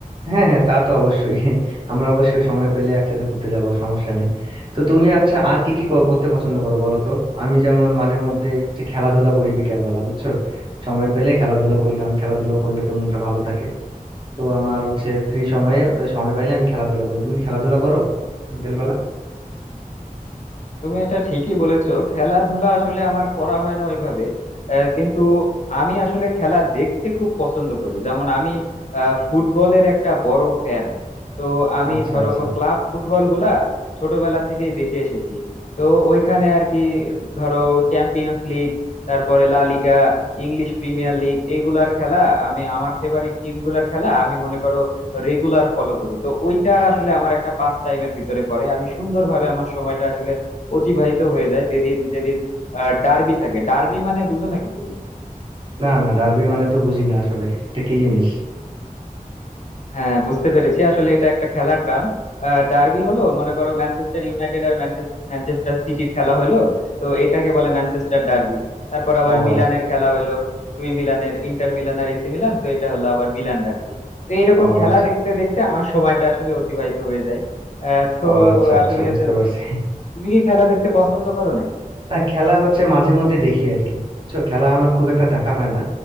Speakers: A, on the right; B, on the left.
A: হ্যাঁ হ্যাঁ তা তো অবশ্যই <laughs> আমরা অবশ্যই সময় পেলে একসাথে ঘুরতে যাব সমস্যা নেই তো তুমি আচ্ছা আর কি কি ক- করতে পছন্দ করো বলো তো আমি যেমন মাঝে মধ্যে যে খেলাধুলা করি বিকেল বেলা বুঝছো সময় পেলে খেলাধুলা করি কারণ খেলাধুলা করলে তো মনটা ভালো থাকে তো আমার হচ্ছে ফ্রি সময়ে এ, সময় পাইলে আমি খেলাধুলা করি তুমি কি খেলাধুলা করো বিকেল বেলা
B: তুমি এটা ঠিকই বলেছো খেলাধুলা আসলে আমার করা হয় না ওইভাবে আহ, কিন্তু আমি আসলে খেলা দেখতে খুব পছন্দ করি যেমন আমি আহ, ফুটবলের একটা বড় ফ্যান তো আমি
A: আচ্ছা
B: ধরো
A: আচ্ছা
B: ক্লাব ফুটবল গুলা ছোটবেলা থেকেই দেখে এসেছি তো ওইখানে আর কি ধরো চ্যাম্পিয়ন্স লিগ তারপরে La Liga English Premier League এগুলার খেলা আমি আমার ফেভারিট টিম গুলার খেলা আমি মনে করো রেগুলার ফলো করি তো ওইটা আসলে আমার একটা পাস টাইমের ভিতরে পড়ে আমি সুন্দরভাবে আমার সময়টা আসলে অতিবাহিত হয়ে যায় যেদিন যেদিন ডার্বি থাকে ডার্বি মানে বুঝো নাকি তুমি
A: না না ডার্বি মানে তো বুঝি না আসলে এটা কি জিনিস
B: হ্যাঁ বুঝতে পেরেছি আসলে এটা একটা খেলার টার্ম ডার্বি হলো মনে করো ম্যানচেস্টার ইউনাইটেড আর ম্যানচেস্টার সিটির খেলা হলো তো এটাকে বলে ম্যানচেস্টার ডার্বি তারপর আবার
A: ও
B: মিলানের
A: আ-
B: খেলা হলো দুই মিলানের ইন্টার মিলান আর এসি মিলান তো এটা হলো আবার মিলান ডার্বি তো এইরকম
A: ও
B: খেলা দেখতে দেখতে আমার সময়টা আসলে অতিবাহিত হয়ে যায় আহ তো
A: ও আচ্ছা আচ্ছা
B: আসলে
A: বুঝতে
B: তো
A: পারছি
B: তুমি কি খেলা দেখতে পছন্দ করো নাকি
A: না খেলা হচ্ছে মাঝে মধ্যে দেখি আর কি বুঝছো খেলা আমার খুব একটা দেখা হয় না